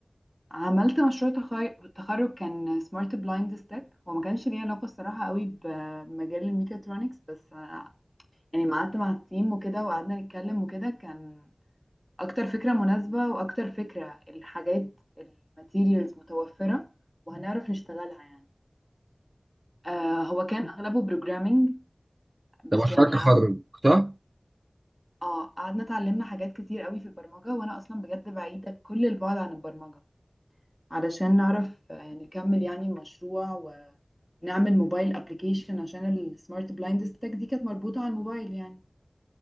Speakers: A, in the centre; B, on the right.
A: عملت مشروع تخي- تخرج كان سمارت بلايند ستاك هو ما كانش ليه علاقة الصراحة قوي بمجال الميكاترونكس بس آه، يعني ما قعدت مع التيم وكده وقعدنا نتكلم وكده كان أكتر فكرة مناسبة وأكتر فكرة الحاجات الماتيريالز متوفرة وهنعرف نشتغلها يعني آه هو كان أغلبه بروجرامينج بس
B: ده مشروع
A: يعني
B: التخرج
A: قعد
B: صح
A: اه قعدنا اتعلمنا حاجات كتير قوي في البرمجة وأنا أصلا بجد بعيدة كل البعد عن البرمجة علشان نعرف آه، نكمل يعني المشروع نعمل موبايل ابلكيشن عشان السمارت بلايند ستاك دي كانت مربوطة على الموبايل يعني